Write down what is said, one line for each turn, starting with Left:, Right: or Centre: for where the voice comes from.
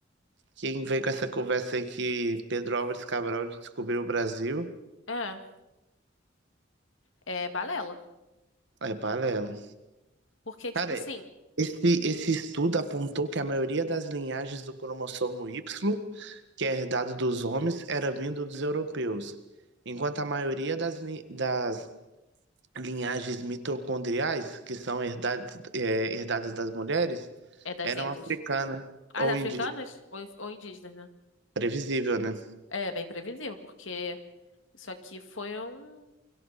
Right: Quem vem com essa conversa aí que Pedro Álvares Cabral descobriu o Brasil
Left: É, é balela.
Right: é paralelo.
Left: Porque, tipo
Right: Cara,
Left: assim,
Right: esse, esse estudo apontou que a maioria das linhagens do cromossomo Y, que é herdado dos homens, era vindo dos europeus, enquanto a maioria das, li- das linhagens mitocondriais, que são herdadas, é, herdadas das mulheres,
Left: é das
Right: eram
Left: Índias.
Right: africana
Left: As
Right: ou
Left: africanas
Right: indígena.
Left: ou, ou indígenas, né?
Right: Previsível, né?
Left: É bem previsível, porque isso aqui foi um.